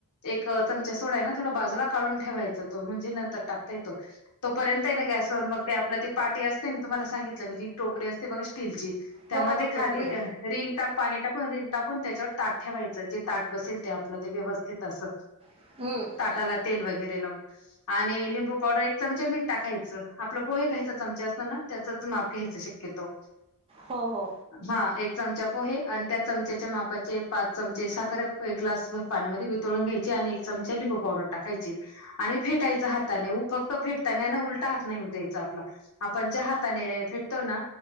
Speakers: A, on the left; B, on the right.
A: एक चमचा सोडा आहे ना थोडा बाजूला काढून ठेवायच तो म्हणजे नंतर टाकता येतो. तोपर्यंत आहे ना गॅसवर मग ते आपलं ती पाटी असते ना तुम्हाला सांगितलं ना ती टोकरी असते बघा स्टीलची. त्यामध्ये
B: हो हो टोकरी
A: खाली रिंग टाक पाणी टाकून रिंग टाकून त्याच्यावर ताट ठेवायचं जे ताट बसेल ते. आपलं ते व्यवस्थित अस
B: हम्म
A: ताटाला तेल वगैरे लावून आणि लिंबू पावडर चमचा मिठा खायच आपलं पोहे काहीचा चमचा असतना त्याचाच माप घ्यायच शक्यतो
B: हो हो
A: हा एक चमचा पोहे आणि त्या चमचाच्या मापाचे पाच चमचे साखरे एक ग्लास भर पाण्यामध्ये वितळून घ्यायची आणि एक चमचा लिंबू पावडर टाकायचे आणि फेटायच हाताने फक्त फेट त्यांना ना उलटा हात नाही उद्यायचा आपला आपण ज्या हाताने भेटतो ना